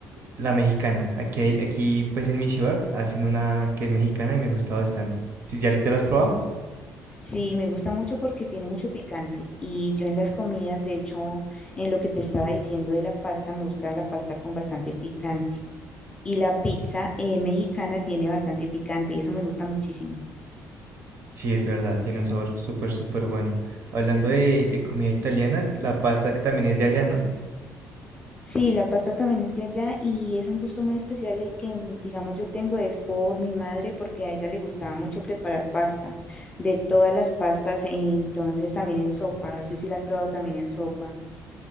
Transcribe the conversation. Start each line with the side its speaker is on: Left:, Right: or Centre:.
Right: la mexicana, aquí hay, aquí pues en mi ciudad hacen una que es mexicana y me gusta bastante. ¿Sí, ya, ya la has probado?
Left: Sí, me gusta mucho porque tiene mucho picante. Y yo en las comidas, de hecho, en lo que te estaba diciendo de la pasta, me gusta la pasta con bastante picante. Y la pizza eh, mexicana tiene bastante picante y eso me gusta muchísimo.
Right: Sí, es verdad, tiene un sabor súper, súper bueno. Hablando de, de comida italiana, la pasta que también es de allá, ¿no?
Left: Sí, la pasta también es de allá y es un gusto muy especial el que, mm, digamos, yo tengo es por mi madre porque a ella le gustaba mucho preparar pasta, de todas las pastas, entonces también en sopa, no sé si la has probado también en sopa.